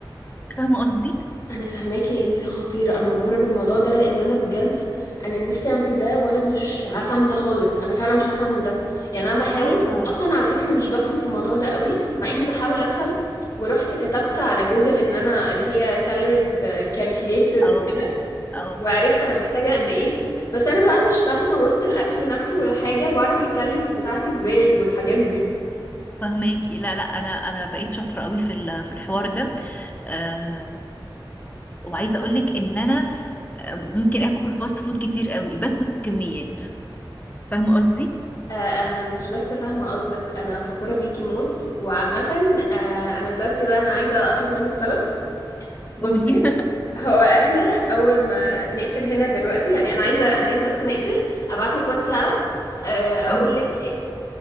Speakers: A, on the left (about 20°); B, on the left (about 45°).
A: فاهمة قصدي؟
B: انا فاهماكي انت خطيره انا مبهوره بالموضوع ده لان انا بجد انا نفسي اعمل ده وانا مش عارفه اعمل ده خالص انا فعلا مش عارفه اعمل ده يعني انا بحاول
A: ايوه
B: اصلا على فكره انا مش بفهم في الموضوع ده قوي مع اني بحاول افهم ورحت كتبت على جوجل ان انا اللي هي كالوريز كالكوليتر
A: أو
B: وكده
A: أو
B: وعرفت انا محتاجه قد ايه بس انا بقى مش فاهمه وسط الاكل نفسه ولا حاجه بعرف الكالوريز بتاعتي ازاي والحاجات دي
A: فهماكي لا لا انا انا بقيت شاطره قوي في ال- في الحوار ده آه وعايزه اقول لك ان انا آه، ممكن اكل فاست فود كتير قوي بس بكميات فاهمه قصدي
B: آه، انا مش بس فاهمه قصدك انا فخوره بيكي موت وعامه آه، انا دلوقتي بقى انا عايزه اطلب منك طلب بصي
A: قولي <laughs>
B: هو احنا اول ما نقفل هنا دلوقتي يعني انا عايزه انا عايزه بس نقفل ابعت لك واتساب آه، اقول
A: اوكي
B: لك